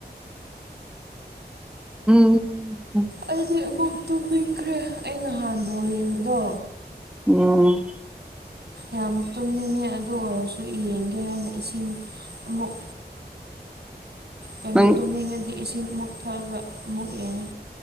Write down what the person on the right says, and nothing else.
ꯑꯩꯗꯤ ꯑꯃꯨꯛ ꯇꯨꯝꯅꯤꯡꯈ꯭ꯔꯦ ꯑ ꯅꯍꯥꯟ ꯕꯣꯜ ꯌꯦꯡꯕꯗꯣ
ꯌꯥꯝ ꯇꯨꯝꯅꯤꯡꯉ ꯑꯗꯨ ꯑꯣꯏꯔꯁꯨ ꯌꯦꯡꯒꯦ ꯍꯥꯏꯅ ꯏꯁꯤꯡ ꯑꯃꯨꯛ
ꯀꯩꯅꯣ
ꯇꯨꯝꯅꯤꯡꯉꯗꯤ ꯏꯁꯤꯡ ꯃꯨꯛ ꯊꯛꯒ ꯑꯃꯨꯛ ꯌꯦꯡꯉꯤ